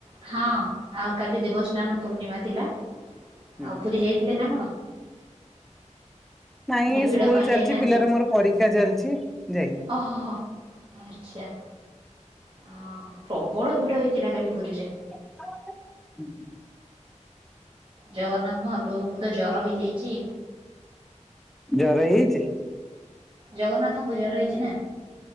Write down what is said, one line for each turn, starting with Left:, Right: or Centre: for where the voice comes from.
Right: ହଁ ଆଉ କାଲି ଦେବସ୍ନାନ ପୂର୍ଣ୍ଣିମା ଥିଲା।
Centre: ହୁଁ।
Right: ଆଉ ପୁରୀ ଯାଇଥିଲେ ନା କଣ?
Centre: ନାଇଁ
Right: ନା ଭିଡ
Centre: ସ୍କୁଲ
Right: ପାଇଁ
Centre: ଚାଲିଛି
Right: ଯାଇନାହାନ୍ତି
Centre: ପିଲାର ମୋର ପରୀକ୍ଷା ଚାଲିଛି ଯାଇନି।
Right: ଓ ହ। ଆଚ୍ଛା। ହଁ ପ୍ରବଳ ଭିଡ ହେଇଥିଲା କାଲି ପୁରୀରେ।
Centre: <inaudible>
Right: ଜଗନ୍ନାଥ ମହାପ୍ରଭୁଙ୍କୁ ତ ଜର ହେଇଯାଇଛି।
Centre: ଜର ହେଇଛି।
Right: ଜଗନ୍ନାଥଙ୍କୁ ଜର ହେଇଛି ନା?